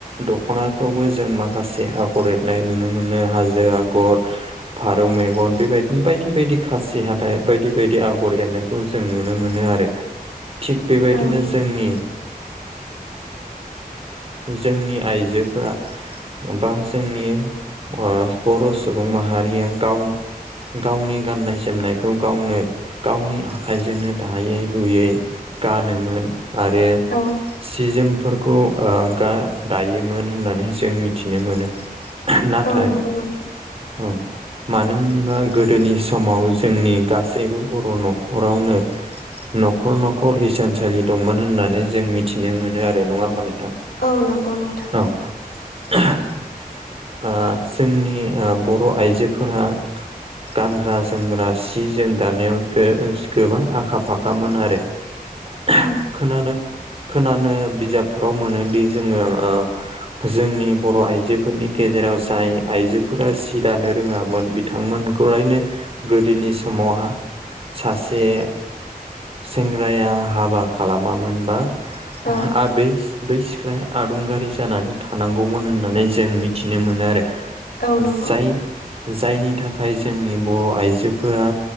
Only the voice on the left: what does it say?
औ नंगौ
औ
औ नंगौ नोंथां
औ नंगौ नोंथां।
औ
औ
औ नंगौ